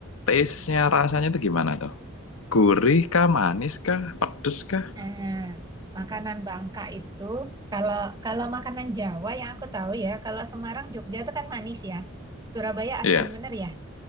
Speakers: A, on the left; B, on the right.
A: taste-nya rasanya itu gimana tuh? Gurih kah, manis kah, pedes kah?
B: Nah, makanan Bangka itu, kalau kalau makanan Jawa yang aku tahu ya, kalau Semarang, Jogja itu kan manis ya. Surabaya asin,
A: Iya,
B: bener ya?